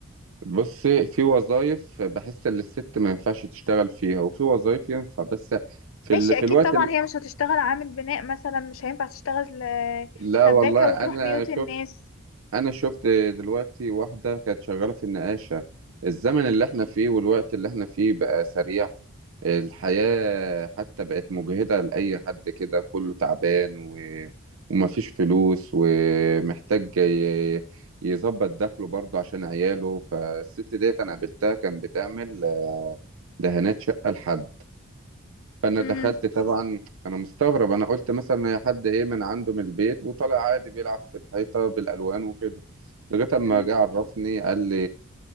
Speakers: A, on the right (about 75°); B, on the left (about 75°).
A: بص في وظايف بحس ان الست ما ينفعش تشتغل فيها وفي وظايف ينفع بس في
B: ماشي
A: ال... في
B: اكيد
A: الوقت
B: طبعا
A: ال...
B: هي مش هتشتغل عامل بناء مثلا مش هينفع تشتغل آه،
A: لا
B: سباكه
A: والله انا
B: وتروح بيوت الناس
A: شفت انا شفت دلوقتي واحدة كانت شغالة في النقاشة الزمن
B: مم،
A: اللي احنا فيه والوقت اللي احنا فيه بقى سريع الحياة حتى بقت مجهدة لأي حد كده كله تعبان و... ومفيش فلوس ومحتاج ي- يظبط دخله برضه عشان عياله فالست ديت انا قابلتها كان بتعمل دهانات شقة لحد فانا
B: مم،
A: دخلت طبعا انا مستغرب انا قلت مثلا هي حد ايه من عنده من البيت وطلع عادي بيلعب في الحيطه بالالوان وكده لغايه اما
B: مم.
A: جه عرفني قال لي